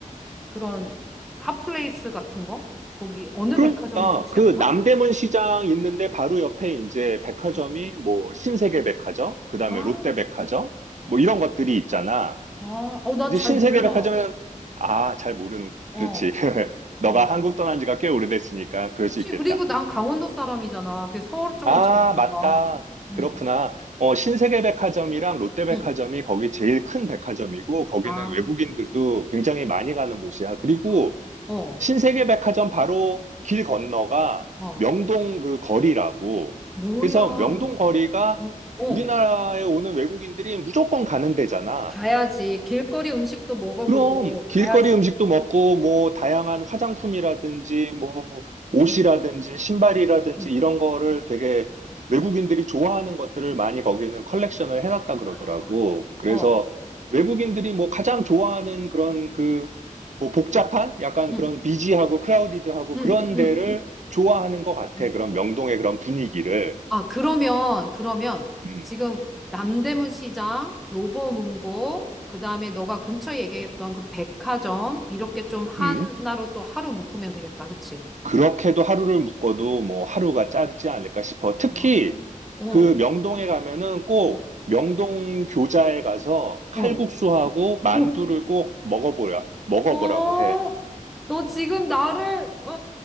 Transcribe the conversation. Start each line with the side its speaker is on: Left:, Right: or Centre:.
Centre: 그런 핫플레이스 같은 거? 거기 어느
Right: 그러니까
Centre: 백화점인지 혹시
Right: 그
Centre: 알아?
Right: 남대문 시장 있는데 바로 옆에 이제 백화점이
Centre: 어.
Right: 뭐 신세계 백화점, 그다음에
Centre: 아,
Right: 롯데 백화점 뭐 이런 것들이 있잖아.
Centre: 아, 어, 난
Right: 이제
Centre: 잘
Right: 신세계백화점은
Centre: 몰라. 어.
Right: 아, 잘 모르는.
Centre: 어,
Right: 그렇지. <laughs> 너가
Centre: 어.
Right: 한국 떠난 지가 꽤 오래됐으니까 그럴
Centre: 그치.
Right: 수 있겠다.
Centre: 그리고 난 강원도 사람이잖아. 그 서울 쪽은
Right: 아,
Centre: 잘 몰라.
Right: 맞다.
Centre: 응,
Right: 그렇구나. 어, 신세계백화점이랑 롯데백화점이
Centre: 응.
Right: 거기 제일 큰 백화점이고 거기는
Centre: 아,
Right: 외국인들도 굉장히 많이 가는 곳이야. 그리고
Centre: 아, 어,
Right: 신세계백화점 바로 길 건너가
Centre: 어.
Right: 명동 그 거리라고.
Centre: 뭐야.
Right: 그래서
Centre: 어,
Right: 명동 거리가
Centre: 어.
Right: 우리나라에 오는 외국인들이 무조건 가는 데잖아.
Centre: 가야지. 길거리 음식도 먹어보고
Right: 그럼
Centre: 가야지.
Right: 길거리 음식도 먹고 뭐 다양한 화장품이라든지 뭐 옷이라든지
Centre: 응,
Right: 신발이라든지
Centre: 응.
Right: 이런 거를 되게 외국인들이 좋아하는 것들을 많이 거기는 컬렉션을 해놨다 그러더라고.
Centre: 아,
Right: 그래서
Centre: 어,
Right: 외국인들이 뭐 가장 좋아하는 그런 그 뭐 복잡한 약간
Centre: 응,
Right: 그런 비지하고 크라우디드하고
Centre: 응,
Right: 그런
Centre: 응,
Right: 데를 좋아하는 것 같아.
Centre: 응.
Right: 그런 명동의 그런 분위기를.
Centre: 아, 그러면, 그러면
Right: 음,
Centre: 지금 남대문 시장, 교보문고, 그 다음에 너가 근처에 얘기했던 그 백화점, 이렇게 좀 하나로
Right: 음.
Centre: 또 하루 묶으면 되겠다. 그치?
Right: 그렇게도 하루를 묶어도 뭐 하루가 짧지 않을까 싶어. 특히
Centre: 아, 어,
Right: 그 명동에 가면은 꼭
Centre: 어,
Right: 명동 교자에 가서 칼국수하고
Centre: 어,
Right: 만두를
Centre: 어,
Right: 꼭 먹어보라, 먹어보라고
Centre: 어, 어.
Right: 해.
Centre: 너 지금 나를, 어,